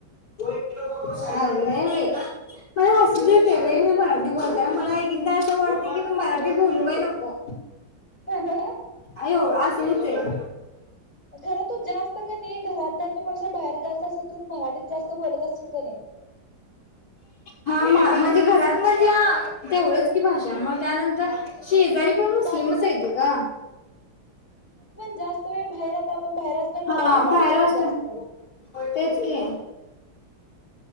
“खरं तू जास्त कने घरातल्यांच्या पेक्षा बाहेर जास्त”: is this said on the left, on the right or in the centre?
Left